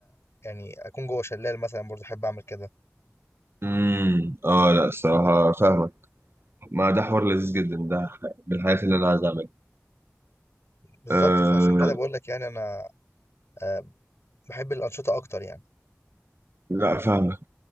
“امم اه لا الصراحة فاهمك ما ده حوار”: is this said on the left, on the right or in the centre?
Right